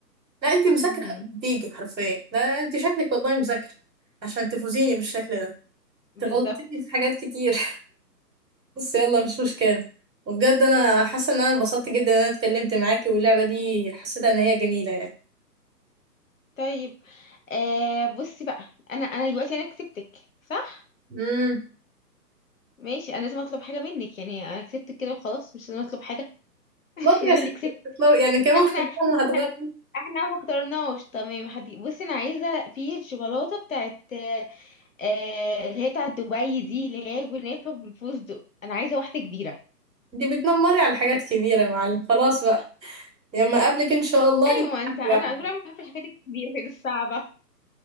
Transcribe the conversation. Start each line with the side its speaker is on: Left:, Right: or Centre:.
Right: لا انت مذاكره
Left: مهم.
Right: بتيجي حرفيا لا انت شكلك والله مذاكره عشان تفوزيني بالشكل ده
Left: بالظبط
Right: تغلطيني في حاجات كتير بس يلا مش مشكلة وبجد انا حاسة ان انا انبسطت جدا ان انا اتكلمت معاكي واللعبة دي حسيتها ان هي جميلة يعني
Left: طيب آه بصي بقى انا انا دلوقتي انا كسبتك صح
Right: امم
Left: ماشي انا لازم اطلب حاجه منك يعني انا كسبتك كده وخلاص مش لازم اطلب حاجه <laughs>
Right: طب يا
Left: انا
Right: ستي
Left: اللي كسبت
Right: اطلعي. يعني كمان
Left: احنا
Right: خلصانة
Left: احنا
Right: هتغرب
Left: احنا ما اخترناش تمام حدي بصي انا عايزه في الشوكولاته بتاعت آه آه، اللي هي بتاعت دبي دي اللي هي جنافه بالفستق انا عايزه واحده كبيره
Right: دي بتنمري على حاجات كبيرة يا معلم خلاص بقى لما اقابلك ان شاء الله
Left: ايوه
Right: ليك
Left: ما انت
Right: تحدي
Left: انا
Right: واحد
Left: على طول عمري بحب الحاجات الكبيره الصعبه